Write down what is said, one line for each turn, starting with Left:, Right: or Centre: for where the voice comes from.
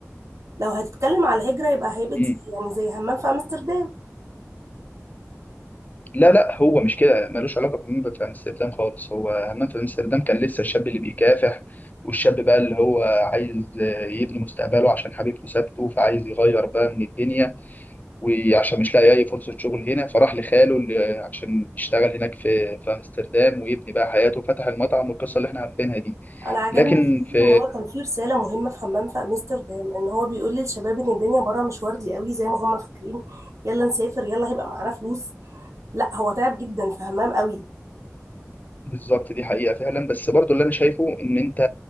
Right: لو هتتكلم على الهجرة يبقى هيبقى دي
Left: امم
Right: يعني زي همام في امستردام
Left: لا لا هو مش كده ملوش علاقة بهمام في أمستردام خالص هو همام في أمستردام كان لسه الشاب اللي بيكافح والشاب بقى اللي هو عايز آه، يبني مستقبله عشان حبيبته سابته فعايز يغير بقى من الدنيا وعشان مش لاقي أي فرصة شغل هنا فراح لخاله اللي- عشان يشتغل هناك في في أمستردام ويبني بقى حياته وفتح المطعم والقصة اللي احنا عارفينها دي
Right: انا عجبني
Left: لكن
Right: فيه
Left: في
Right: ان هو كان فيه رسالة مهمة في همام في امستردام ان هو بيقول للشباب ان الدنيا بره مش وردي قوي زي ما هم فاكرين يلا نسافر يلا هيبقى معانا فلوس لا هو تعب جدا في همام قوي
Left: بالظبط دي حقيقة فعلا بس برضو اللي أنا شايفه إن أنت